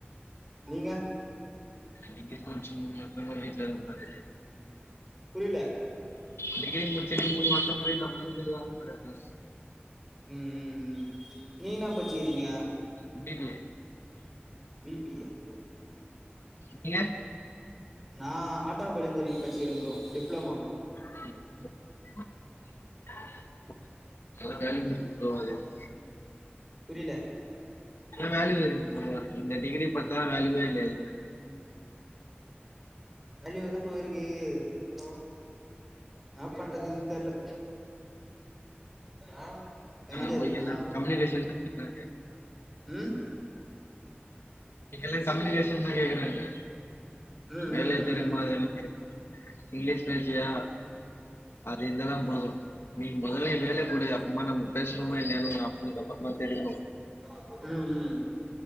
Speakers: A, in the centre; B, on the left.
A: நீங்க
B: நீங்க கோச்சிங்க எப்ப வீட்ல இருக்க <inaudible>
A: புரில
B: டிகிரி முடிச்சிட்டு நீங்க வாட்ஸ்அப் வீட்ல உக்காந்துட்டு <inaudible>
A: ம் ம் ம் நீ என்ன பச்சிக்கிறீங்க
B: M B B A
A: B B A
B: நீங்க
A: நா ஆட்டோமொபைல் இன்ஜினிரிங் பச்சிரும் ப்ரோ டிப்ளமோ
B: <unintelligible>
A: புரில்ல
B: இவ வேலில்ல இரு ப்ரோ இந்த டிகிரி பாத்தா வேல்யூவே கிடையாது
A: வலி இவ்ளோ தா ப்ரோ இருக்கு அலோ னா பண்றதுன் தெர்ல ஆ என்ன
B: நம்மளுக்கு
A: நெறைய இருக்குதா
B: எல்லா
A: தா
B: கம்யூனிகேஷன் தான் கேக்குறாங்க
A: ம்
B: நீங்க எல்லா சம்யூனிகேஷன் தா கேக்குறாங்க
A: ம் ம்
B: வேலைய
A: ம்
B: தெரியுமா அத <inaudible> கே இங்கிலீஷ் பேசுவியா அது இருந்ததா போது நீ மொதல்ல வேலை குடு ஆமா நம்ம பேஸ்னம்மா இல்லையானு ஃஆப்னர் அப்பறமா தெரியு
A: ம் ம்